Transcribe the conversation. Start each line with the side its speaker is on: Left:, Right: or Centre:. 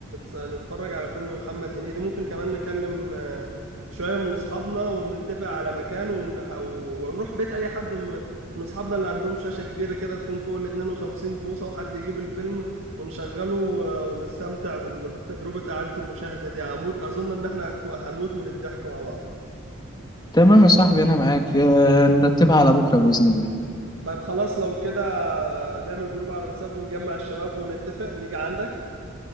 Right: ونتفرج على فيلم محمد هنيدي ممكن كمان نكلم آه، شوية من أصحابنا ونتفق على مكان ونح... ونروح بيت أي حد من من أصحابنا اللي عندهم شاشة كبيرة كده تكون فوق ال 52 بوصة وحد يجيب الفيلم ونشغله آه، ونستمتع بال... بالتجربة إعادة المشاهدة دي هموت أظن إن إحنا هتكون... هنموت من الضحك مع بعض
Left: تمام يا صاحبي أنا معاك آه، نرتبها على بكرة بإذن الله
Right: طيب خلاص لو كده نعمل جروب على الواتساب ونجمع الشباب ونتفق نيجي عندك